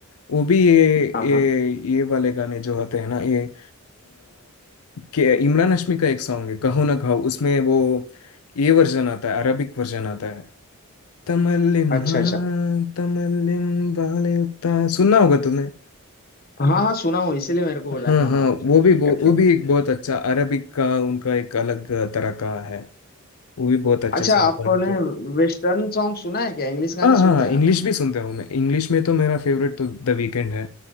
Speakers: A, on the left; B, on the left.
A: वो भी ये
B: हाँ
A: ये
B: हाँ
A: ये वाले गाने जो होते हैं ना ये आ, के इमरान हाशमी का एक सॉन्ग है कहो ना कहो उसमें वो ये वर्जन आता है अरबिक वर्जन आता है तमल्लिम
B: अच्छा
A: हाँ
B: अच्छा
A: तमल्लिम वाले उता सुनना होगा तुमने
B: हाँ हाँ सुना हूँ इसीलिए मेरे को बोला
A: हाँ
B: हाँ
A: हाँ
B: हाँ
A: वो भी वो,
B: perfect।
A: वो भी एक बहुत अच्छा अरबिक का उनका एक अलग तरह का है वो भी बहुत अच्छे
B: अच्छा
A: सॉन्ग्स
B: आपने
A: बनाते हैं
B: वेस्टर्न सॉन्ग सुना है क्या इंग्लिश गाने
A: हाँ हाँ
B: सुनते
A: हाँ
B: हैं
A: इंग्लिश
B: आप
A: भी सुनता हूँ मैं इंग्लिश में तो मेरा फेवरेट तो द वीकेंड है